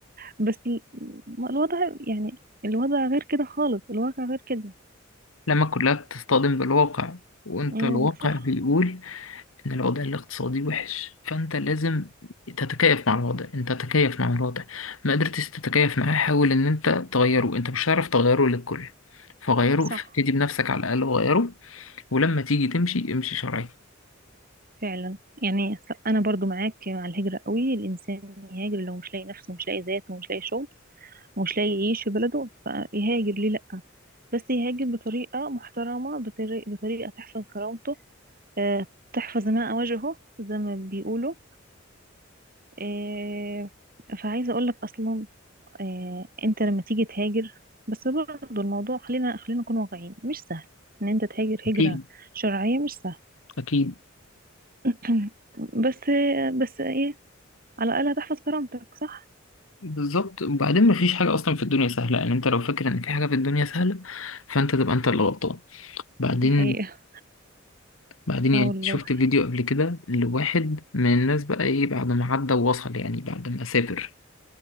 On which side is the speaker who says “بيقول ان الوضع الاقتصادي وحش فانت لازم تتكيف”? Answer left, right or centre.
Left